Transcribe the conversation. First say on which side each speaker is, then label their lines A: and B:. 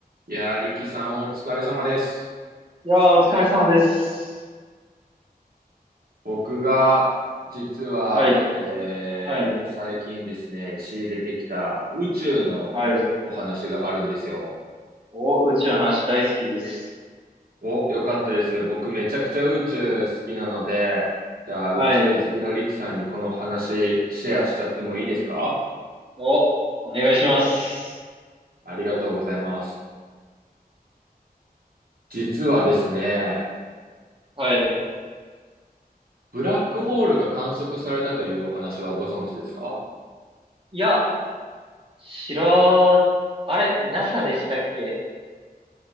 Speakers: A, on the right (about 70°); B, on the right (about 35°).
A: いやー、力さんお疲れ様です。
B: いやー、お疲れ様です。
A: 僕が、実は、
B: はい。
A: えー、
B: はい。
A: 最近ですね、仕入れてきた宇宙のお話があるんですよ。
B: はい。お、宇宙の話大好きです。
A: お、よかったです。僕めちゃくちゃ宇宙好きなので、じゃあ宇宙好きの力さんにこの話シェアしちゃってもいいですか
B: はい。お、お願いします。
A: ありがとうございます。実はですね、
B: はい。
A: ブラックホールが観測されたというお話はご存知ですか
B: いや、知ら、あれ、NASA でしたっけ